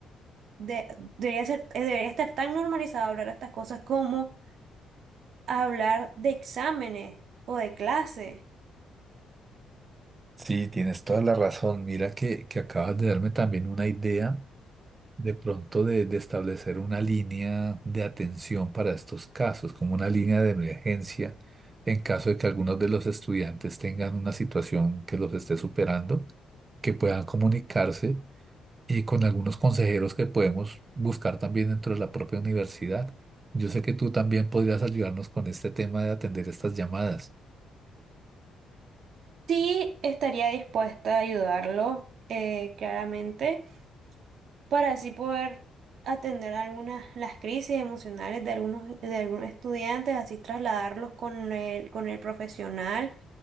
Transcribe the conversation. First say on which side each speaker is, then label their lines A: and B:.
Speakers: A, on the right (about 65°); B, on the right (about 30°).
A: de- debería ser, eh, debería estar tan normalizado hablar estas cosas como hablar de exámenes o de clases.
B: sí, tienes toda la razón. Mira que, que acabas de darme también una idea de pronto de, de establecer una línea de atención para estos casos, como una línea de emergencia en caso de que algunos de los estudiantes tengan una situación que los esté superando, que puedan comunicarse y con algunos consejeros que podemos buscar también dentro de la propia universidad. Yo sé que tú también podrías ayudarnos con este tema de atender estas llamadas.
A: Sí, estaría dispuesta a ayudarlo, eh, claramente, para así poder atender algunas las crisis emocionales de algunos de algunos estudiantes, así trasladarlos con el con el profesional,